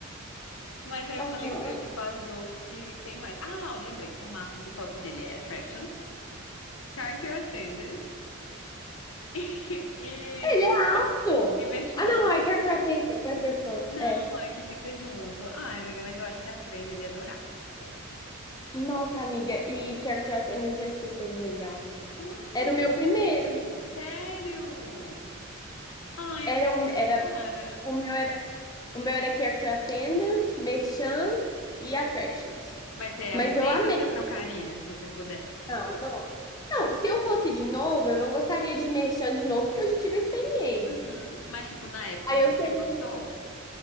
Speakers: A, on the left; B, on the left.
A: Mas aí
B: Aham.
A: eu falei pra ele, tipo, as roles que tem mais. Ah, eu lembrei. O marco do top dele é Attractions, Character Attendant <laughs> e,
B: Ele é alto.
A: e Merchan.
B: Ah, não, é Character Attendant, vai é Performer.
A: Não,
B: É.
A: é que fica junto. Ai, amiga, mas eu acho que as três ele ia adorar. Sério.
B: Nossa, amiga, e Character Attendant é super legal.
A: Uhum,
B: Era o meu primeiro.
A: sério? Ai,
B: Era
A: é muito
B: o, era,
A: a cara.
B: o meu era, o meu era Character Attendant, Merchan e Attractions.
A: Mas você arrepende
B: Mas eu amei.
A: ou você trocaria, se você pudesse?
B: Não, não. Não, se eu fosse de novo, eu não gostaria de Merchan de novo, porque eu já tive a experiência.
A: Uhum. Mas, tipo, na época,
B: Aí
A: assim,
B: eu seria.
A: você gostou?